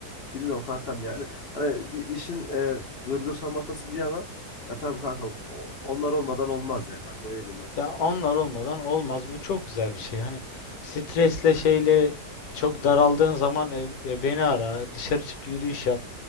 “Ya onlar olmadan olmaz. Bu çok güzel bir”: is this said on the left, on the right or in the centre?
Left